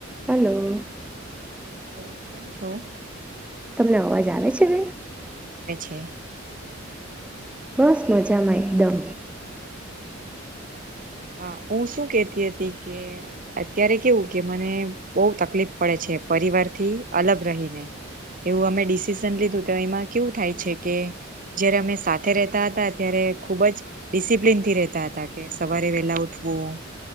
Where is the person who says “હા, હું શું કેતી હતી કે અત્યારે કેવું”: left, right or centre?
Right